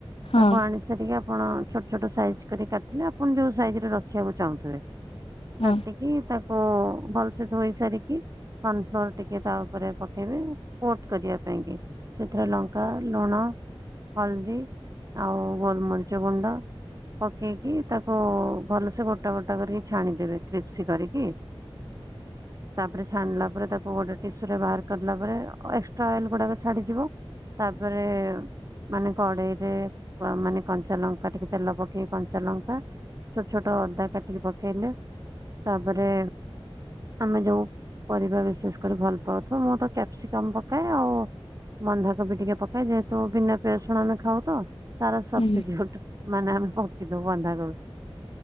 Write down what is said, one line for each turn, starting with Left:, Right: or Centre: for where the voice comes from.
Left: ହଁ
Right: ତାକୁ ଆଣିସେ ଟିକେ ଆପଣ ଛୋଟ ଛୋଟ ସାଇଜ କରି କାଟିଲେ ଆପଣ ଯୋଉ ସାଇଜରେ ରଖିବାକୁ ଚାହୁଁଥିବେ।
Left: ହଁ
Right: କାଟିକି ତାକୁ ଭଲସେ ଧୋଇ ସାରିକି କର୍ନଫ୍ଲୋର ଟିକେ ତା ଉପରେ ପକେଇବେ କୋଟ କରିବା ପାଇଁ କି। ସେଥିରେ ଲଙ୍କା, ଲୁଣ, ହଳଦୀ ଆଉ ଗୋଲମରିଚ ଗୁଣ୍ଡ ପକେଇକି ତାକୁ ଭଲସେ ଗୋଟା ଗୋଟା କରିକି ଛାଣିଦେବେ କ୍ରିପ୍ସି କରିକି। ତାପରେ ଛାଣିଲା ପରେ ତାକୁ ଗୋଟେ ଟିସୁ ରେ ବାହାର କରିଲା ପରେ ଏକ୍ସଟ୍ରା ଅଏଲ ଗୁଡାକ ଛାଡିଯିବ। ତାପରେ ମାନେ କଡେଇ ରେ ମାନେ କଞ୍ଚା ଲଙ୍କା ଟିକେ ତେଲ ପକେଇକ କଞ୍ଚା ଲଙ୍କା ଛୋଟ ଛୋଟ ଅଦା କାଟିକି ପକେଇଲେ ତାପରେ ଆମେ ଯେଉ ପରିବା ବିଶେଷ କରି ଭଲ ପାଉଥିବା ମୁଁ ତ କ୍ୟାପ୍ସିକମ୍ ପକାଏ ଆଉ ବନ୍ଧାକୋବି ଟିକେ ପକେଇ ଯେହେତୁ ବିନା ପିଆଜ ରସୁଣ ଆମେ ଖାଉ ତାର ସବଷ୍ଟିଟ୍ୟୁଟ୍।
Left: ହୁଁ
Right: ମାନେ ଆମେ ପକିଦବୁ ବନ୍ଧାକୋବି।